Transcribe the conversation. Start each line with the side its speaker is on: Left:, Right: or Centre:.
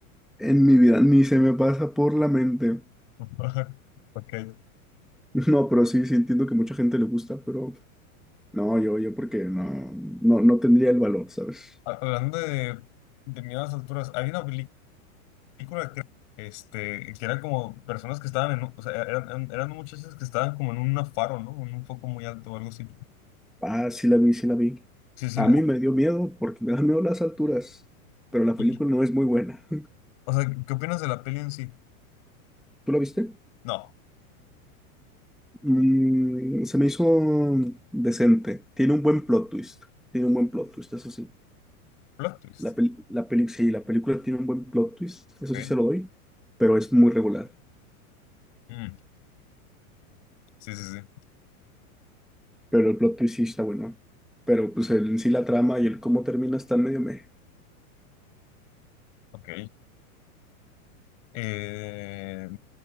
Centre: en mi vida ni se me pasa por la mente.
Left: <laughs> Ok.
Centre: No, pero sí, sí entiendo que mucha gente le gusta, pero no, yo, yo porque no, no, no tendría el valor, ¿sabes?
Left: Ha- Hablando de, de miedo a las alturas, hay una película película que, este, que eran como personas que estaban en, un- o sea, eran, eran, eran muchachas que estaban como en un faro, ¿no? En un foco muy alto o algo así.
Centre: Ah, sí la vi, sí la vi.
Left: Sí, sí.
Centre: A
Left: la-
Centre: mí me dio miedo porque me dan miedo las alturas, pero la
Left: y-
Centre: película no es muy buena.
Left: o sea, ¿qué opinas de la peli en sí?
Centre: <laughs> ¿Tú la viste?
Left: No,
Centre: Mm, se me hizo decente. Tiene un buen plot twist. Tiene un buen plot twist, eso sí.
Left: plot twist.
Centre: La peli- la peli- sí, la película tiene un buen plot twist, eso
Left: Ok.
Centre: sí se lo doy, pero es muy regular.
Left: Mm, sí, sí, sí.
Centre: Pero el plot twist sí está bueno. Pero pues el- en sí la trama y el cómo termina está medio meh.
Left: Ok. Eh,